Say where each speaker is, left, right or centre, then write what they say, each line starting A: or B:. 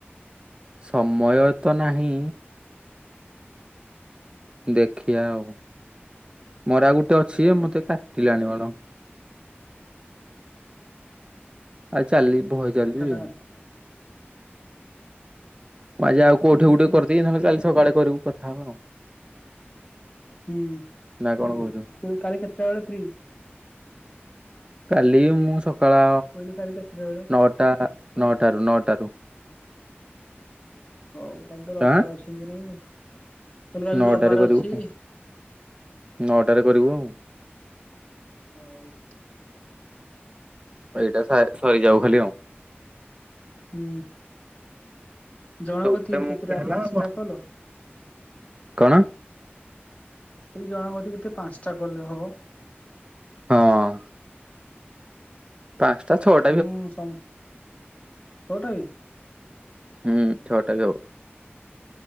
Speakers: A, on the right; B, on the left.
A: ସମୟ ତ ନାହିଁ। ଦେଖିଆ ଆଉ ମର ଆଉ ଗୋଟେ ଅଛି
B: ହଉ
A: ଯେ ମତେ କାଟିଲାଣି ବାଳ। ଆଉ ଚାଲି ବହେ
B: ଦିନ
A: ଚାଲିବି।
B: ସାରା
A: ମୁଁ ଆଜି ଆଉ କଉଠି
B: ହୁଁ
A: ଗୋଟେ
B: ହୁଁ
A: କରିଦେବି ନହେଲେ କାଲି ସକାଳେ କରିବୁ କଥା ହବା ଆଉ।
B: ହୁଁ,
A: ନା କଣ କହୁଛୁ?
B: ତୁ କାଲି କେତେଟା ବେଳେ ଫ୍ରି?
A: କାଲି ମୁଁ ସକାଳ
B: କହିଲି କାଲି କେତେଟା ବେଳେ
A: ନଅଟା ନଅଟାରୁ ନଅଟାରୁ।
B: ହଉ କାଲି ତ ରବିବାରେ
A: ଆଁ
B: ଅଛି ଏରେ ହଉ କାଲି
A: ନଅଟାରେ
B: ରବିବାରେ
A: କରିବୁ
B: ଅଛି।
A: ନଅଟାରେ କରିବୁ ଆଉ।
B: ହଉ।
A: ଏଇଟା ସାରେ ସରିଯାଉ ଖାଲି ଆଉ।
B: ହୁଁ। ଜଣାଙ୍କ
A: ତୁ
B: କତିକି
A: ଗୋଟେ ମୁଁ
B: କେତେଟା
A: ଗୋଟେ ହେଲା
B: ପାଞ୍ଚଟା
A: ଆଉ କଣ?
B: କଲ?
A: କଣ?
B: କହିଲି ଜଣଙ୍କ କତିକି କେତେ ପାଞ୍ଚଟା କଲେ ହବ?
A: ହଁ। ପାଞ୍ଚଟା ଛ।
B: ମୁଁ ସମ ଛଅଟା ଇ
A: ହୁଁ ଛଅଟା ବି ହବ।